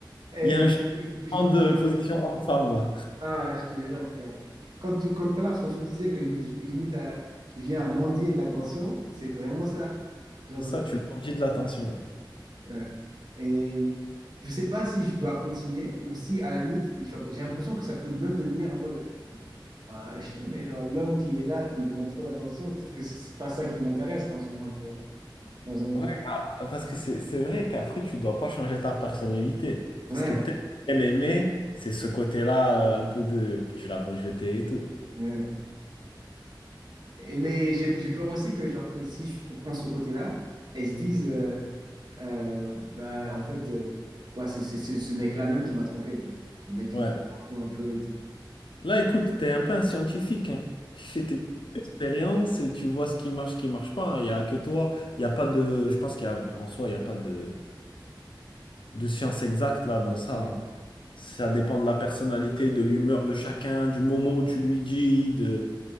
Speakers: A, on the right; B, on the left.
A: Eh,
B: Il y a un changement
A: je- je-
B: de position homme-femme, là.
A: Ah, je te jure, frère. Quand tu, quand, tout à l'heure, quand tu me disais que je, je- je limite à, je viens à mendier de l'attention, c'est vraiment ça. Genre,
B: C'est ça, tu manges de l'attention. là.
A: ouais. Et je sais pas si je dois continuer ou si, à la limite, genre, j'ai l'impression que ça peut même devenir en mode, euh, écoute, enfin, je t'aime, mais genre, l'homme qui est là, qui me demande trop d'attention, peut-être que c'est pas ça qui m'intéresse en ce moment, tu vois. Genre, j'ai-
B: Ouais, ah, parce que c'est c'est vrai qu'après, tu dois pas changer ta personnalité. Parce
A: ouais,
B: que peut-être qu'elle aimait, c'est ce côté-là, euh, un peu de que tu l'as rejeté et tout.
A: ouais. Et- Mais j'ai j'ai peur aussi que, genre, que si je comprends ce côté-là, elles se disent, euh, euh, bah, en fait, euh, ouais, c'est c'est- c'est ce mec-là même qui m'a trompé, tu vois. Le mec qui
B: Ouais.
A: s'en fout un peu et tout.
B: Là, écoute, tu es un peu un scientifique, hein. Tu fais tes expériences et tu vois ce qui marche, ce qui marche pas. hein. Il n'y a que toi. Il y a pas de. Je pense qu'il y a en soi, il n'y a pas de, de science exacte là dans ça.
A: Ouais,
B: hein. Ça dépend de la personnalité, de l'humeur de chacun, du moment où tu lui dis, de,